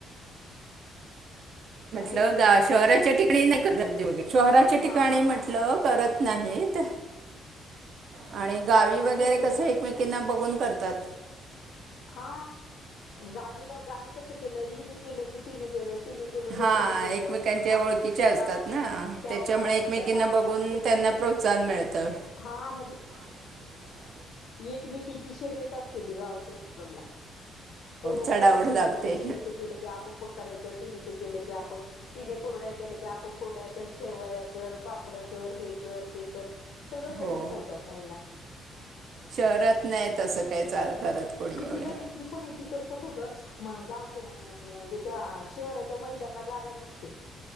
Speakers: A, on the right; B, on the left.
A: म्हटलं
B: हॅलो
A: ग शहराच्या ठिकाणी नाही करत शहराच्या
B: तुम हा
A: ठिकाणी
B: हा
A: म्हटलं
B: हा हा
A: करत नाहीत आणि गावी वगैरे
B: नाही हो
A: कस एकमेकांना
B: हे
A: बघून करत तात.
B: हा गावीला गावी कस केलं इईने केलं की तिने केलं ति केलं
A: हा
B: क तिने केलं
A: एकमेकांच्या
B: माग
A: ओळखीच्या
B: बाई त्या
A: असतात
B: गावामध्ये
A: ना
B: त्या
A: त्याच्यामुळे एकमेकींना
B: त्या गावामध्ये
A: बघून
B: तो खूप
A: त्यांना प्रोत्साहन मिळतं.
B: हा म्हजे
A: <unintelligible>
B: एकमेकीची शर्यत असते ती गावच्या जवला हो
A: चढावड
B: प्रोत्साहन
A: लागते
B: मिळतं तिने ते केलं की आपण पण करायचं तिने ते केल की आपण तिने करड्या के की आप कुरड्या कर शेवया कर पाप कर हे कर ते सगळं
A: हो
B: करून ठेवतात महीला.
A: शहरात नाही तसं काय चालं करत. कोणी
B: कितीला
A: एवढे
B: विक्री पण याचीत. कस होत म गावच्या शहराच्या महिलांना जागा नसते